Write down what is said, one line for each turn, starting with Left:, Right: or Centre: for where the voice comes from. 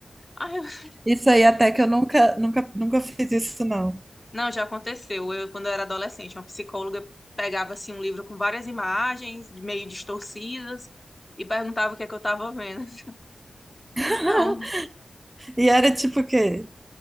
Left: Aí eu- <laughs>
Right: Isso aí até que eu nunca nunca nunca fiz isso não.
Left: não, já aconteceu. Eu, quando eu era adolescente, uma psicóloga pegava assim um livro com várias imagens meio distorcidas e perguntava o que é que eu tava vendo. <laughs>
Right: <laughs>
Left: Então,
Right: E era tipo o quê?